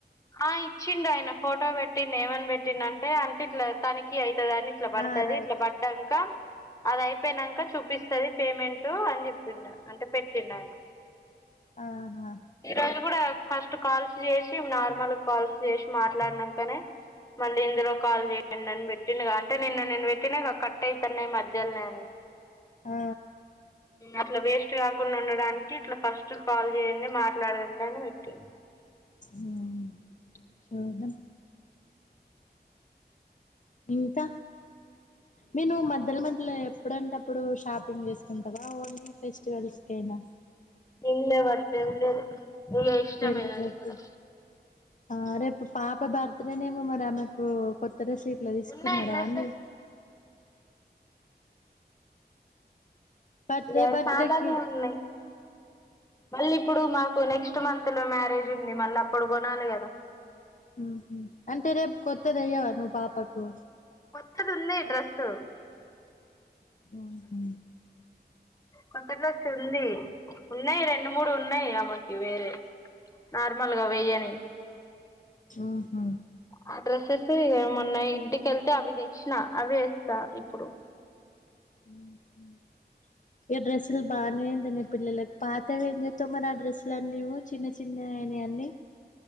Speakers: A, on the left; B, on the left.
A: ఆ ఇచ్చిండు ఆయన ఫోటో పెట్టిండు, ఏమని పెట్టింది అంటే అంటే ఇట్లా తనకి అయి తదని ఇట్లా పడతది
B: ఆ రైట్
A: ఇట్లా పడ్డాంకా అది అయిపోయినాక చూపిస్తది పేమెంట్ అని చూపిస్తాది అంటే పెట్టిండు ఆయన
B: ఆహా
A: ఈ రోజు కూడా ఫస్ట్ కాల్స్ చేసి నార్మల్ కాల్స్ చేసి మాట్లాడినాకనే మళ్ళీ ఇందులో కాల్ చేయండి ఆని పెట్టిన అంటే నిన్న నేను పెట్టినాక కట్ అఇతున్నాయి ఈ మధ్యలోనే అని
B: ఆ
A: అట్లా వేస్ట్ కాకుండా ఉండడానికి ఇట్లా ఫస్ట్ కాల్ చేయండి మాట్లాడండి అని పెట్టిడు
B: ఉ చూద్దాం ఇంకా నేను మధ్యల మధ్యలో ఎప్పుడంట ఆప్పుడు షాపింగ్ చేసుకుంటావా ఓన్లీ ఫెస్టివల్స్ కైనా
A: నిన్నే అట్లెం లేదు నీ ఇష్టమే
B: పెళ్ళిళ్ళకి
A: అది కూడా
B: ఆ రేపు పాప బర్త్డేనేమో మరి ఆమెకు కొ త్త డ్రెస్ <unintelligible> తీసుకున్నారా
A: ఉన్నాయి డ్రెస్సెస్
B: ఆండీ బర్త్డే
A: ఏ
B: బర్త్డేకి
A: చాలానే ఉన్నాయి మళ్ళీ ఇప్పుడు మాకు నెక్స్ట్ మంత్ లో మ్యారేజ్ ఉంది మళ్ళీ అప్పుడు కొనాలి కదా
B: ఊహు అంటే రేపు కొత్తది ఏయ్యవా నువ్వు పాపకు
A: కొత్తది ఉంది డ్రెస్సు
B: ఆహా
A: కొత్త డ్రెస్ ఉంది ఉన్నాయి రెండు మూడు ఉన్నాయి ఆమకి వేరే నార్మల్ గా వెయ్యని
B: ఉహు
A: ఆ డ్రెస్సెస్ మొన్న ఇంటికి వెళ్తే అవి తెచ్చినా అవి వేస్తా ఇప్పుడు
B: ఉహు ఇక డ్రెస్సులు బాగానేందని పిల్లలకి పాతవి ఏం చేస్తావు మరి ఆ డ్రెస్సులు అన్నీ చిన్న చిన్న అయిన అన్నీ